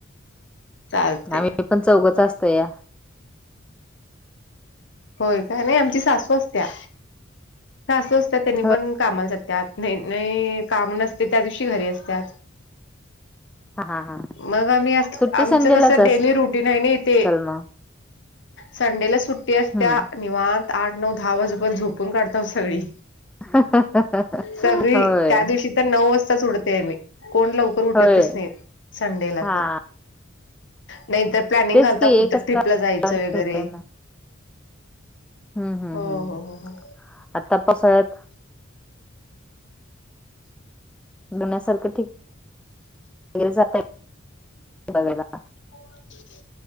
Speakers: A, on the left (about 60°); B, in the centre.
A: चालते
B: आम्ही
A: की.
B: पण चौघच
A: हां.
B: असतोया.
A: होय काय, नाही आमची सासू असत्या. स असं असतात त्यांनी
B: हो
A: पण कामाला जातात, नाहीत नाही काम नसते त्या दिवशी घरी असतात.
B: हा हा हा.
A: मग आम्ही अस
B: सुट्टी
A: आमच
B: संडेलाच
A: कसं डेली रुटीन आहे ना इथे.
B: असेल मग
A: संडेला सुट्टी
B: हम्म
A: असत्या. निवांत आठ नऊ दहा, वाजूपर झोपून काढता सगळी.
B: <unintelligible>
A: सगळी
B: होय.
A: त्या दिवशी तर नऊ वाजताच उडतेय मी, कोण लवकर उठतच
B: होय
A: नाही संडेला
B: हा
A: तर. नाहीतर प्लॅनिंग
B: तेच
A: घालता,
B: की
A: कुठ
B: एकच
A: ट्रिपला
B: तास
A: जायचं वगैरे?
B: भेटतोय ना हम्म हम्म
A: हो,
B: हम्म
A: हो, हो, हो.
B: आता कस आहेत? लण्यासारखं ठीक, मिरजात आय बघेना का.
A: <inaudible>